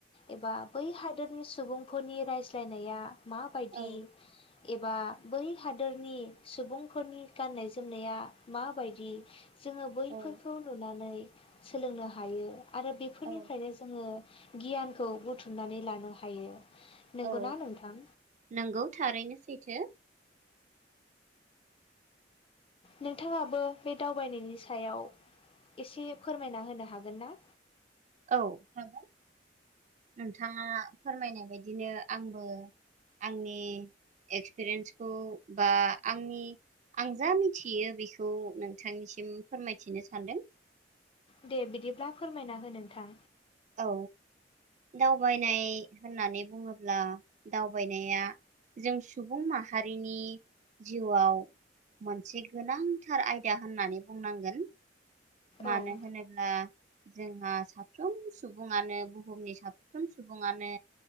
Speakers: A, on the left; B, on the right.
A: एबा बै हादोरनि सुबुंफोरनि रायज्लायनाया माबायदि
B: औ
A: एबा बै हादोरनि सुबुंफोरनि गाननाय जोमनाया माबायदि जोङो बैफोरखौ
B: औ
A: नुनानै सोलोंनो हायो आरो बेफोरनिफ्रायनो
B: औ
A: जोङो गियानखौ बुथुमनानै लानो हायो। नंगौना
B: औ
A: नोंथां
B: नंगौ थारैनो सैथो
A: नोंथाङाबो बे दावबायनायनि सायाव एसे फोरमायना होनो हागोन ना?
B: औ हागोन नोंथाङा फोरमायनाय बायदिनो आंबो आंनि एक्सपिरियेन्सखौ बा आंनि आं जा मिथियो बेखौ नोंथांनिसिम फोरमायथिनो सानदों।
A: दे बिदिब्ला फोरमायना हो नोंथां
B: औ दावबायनाय होननानै बुङोब्ला दावबायनाया जों सुबुं माहारिनि जिउआव मोनसे गोनांथार आयदा होननानै बुंनांगोन। मानो
A: औ
B: होनोब्ला जोंहा साफ्रोम सुबुङानो बुहुमनि साफ्रोम सुबुङानो